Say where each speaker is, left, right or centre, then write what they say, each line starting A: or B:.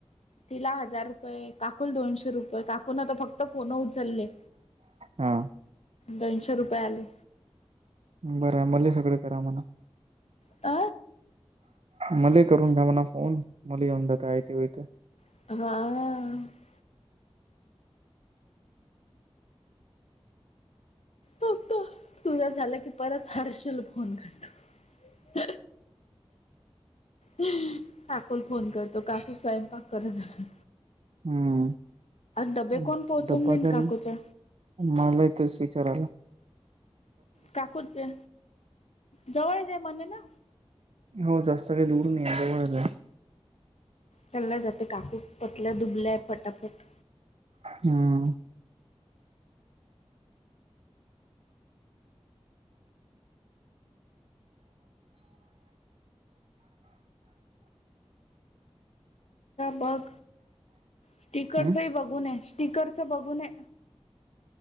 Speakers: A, on the left; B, on the right.
A: तिला हजार रुपये काकूल दोनशे रुपये काकूून तर फक्त फोन उचलले.
B: हम <inaudible>
A: दोनशे रुपये आले
B: बरं आहे मल सगळं करा मणा
A: आ
B: मला करून घ्या म्हणा फोन मला येऊन जात आहे ते हो ते
A: ह प तुझ झालं की परत हर्षल फोन करतो हम् काकोल फोन करतो काकू स्वयंपाक करत असो
B: ह
A: डबे कोण पोहोचून
B: डबादल
A: देईन काकूच्या
B: मलाही तरच विचारायला
A: काकूच हो जवळ जे म्ह ना
B: हो जास्त काही दूर नाही अजळ
A: चालल्या जाते काकू पतल्या दुबल्याय फटाफट
B: हम्म
A: बघ स्टकररचही
B: हम्म
A: बघूने स्टकरच बघूनय